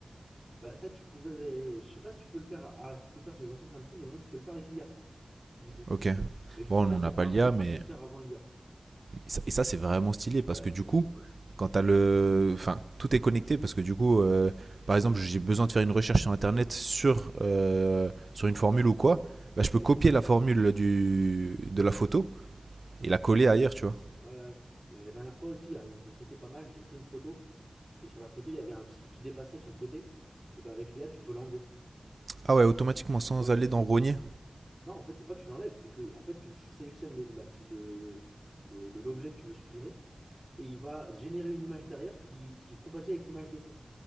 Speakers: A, in the centre; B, on the right (about 65°).
A: Bah ça, tu pouvais. mais Je sais pas si tu peux le faire à... à- si tu peux le faire sur les anciens Samsung mais maintenant tu peux le faire avec l'IA, du coup.
B: Ok.
A: Mais je sais
B: Bon,
A: pas
B: on
A: si
B: n'a
A: avant
B: pas l'IA,
A: tu
B: mais
A: pouvais le faire avant l'IA.
B: Et ça, et ça, c'est vraiment stylé parce
A: Ouais,
B: que
A: c'est
B: du
A: vraiment
B: coup,
A: bien.
B: quand t'as le. Enfin, tout est connecté parce que du coup, euh, par exemple, j'ai besoin de faire une recherche sur internet sur, euh, sur une formule ou quoi. Bah, je
A: Ouais.
B: peux copier la formule du, de la photo et la coller ailleurs, tu vois.
A: Ouais. ouais. Et la dernière fois aussi, il y a une fonctionnalité pas mal, j'ai pris une photo. Et sur la photo, il y avait un petit truc qui dépassait sur le côté. Et ben avec l'IA, tu peux l'enlever.
B: Ah ouais, automatiquement sans
A: Ouais.
B: aller dans Rogner.
A: Non, en fait, c'est pas que tu l'enlèves, c'est que en fait, tu sélectionnes les- la- le, le- le- l'objet que tu veux supprimer et il va générer une image derrière qui, qui est compatible avec l'image de fond.